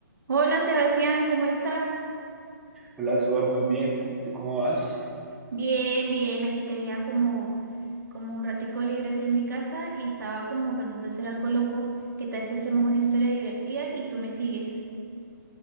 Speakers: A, on the right; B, in the centre.
A: Hola Sebastián, ¿cómo estás?
B: Hola, Suar, muy bien. ¿Y tú cómo vas?
A: Bien, bien, aquí tenía como, como un ratico libre así en mi casa y estaba como pensando hacer algo loco. ¿Qué tal si hacemos una historia divertida y tú me sigues?